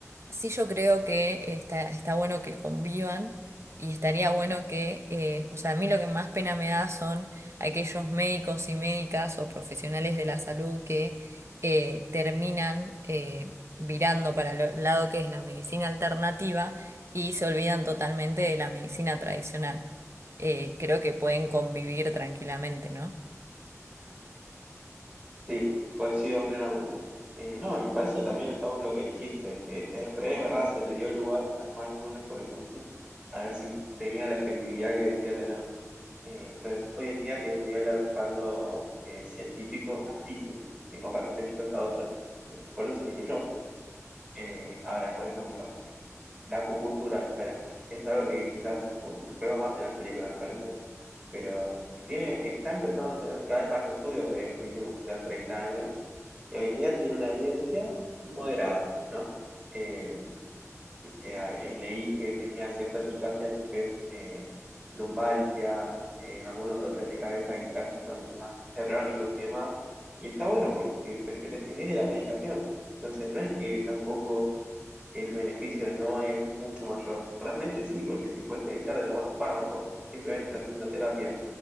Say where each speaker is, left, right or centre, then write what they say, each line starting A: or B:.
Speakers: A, on the right; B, on the right.
A: Sí, yo creo que está, está bueno que convivan y estaría bueno que, eh, o sea, a mí lo que más pena me da son aquellos médicos y médicas o profesionales de la salud que eh, terminan eh, virando para el lado que es la medicina alternativa y se olvidan totalmente de la medicina tradicional. Eh, creo que pueden convivir tranquilamente, ¿no?
B: Sí, coincido plenamente. Eh, no, y me parece que también está bueno lo que dijiste. Eh, es, es verdad, se le dio lugar al mindfulness, por ejemplo, a ver si tenía la efectividad que decía tener. Eh, entonces, hoy en día tiene un nivel de respaldo eh, científico altísimo en comparación quizás a otras. ¿no? Por eso se incluyó. Eh, ahora, por ejemplo, eh, la acupuntura me sale a mí. Es algo que quizás um, veo más en las películas, me parece, pero tiene, está empezando a tener cada vez más estudios desde los últimos quizás 30 años y hoy en día tiene una evidencia moderada, ¿no? Eh, eh, eh, leí que tenía cierta eficacia en lo que es eh, lumbalgia, en algunos dolores de cabeza quizás que son más crónicos y demás. Y está bueno porque prescindís de la medicación. Entonces no es que tampoco el beneficio no es mucho mayor. Realmente sí, porque si puedes evitar de tomar un fármaco simplemente haciendo una terapia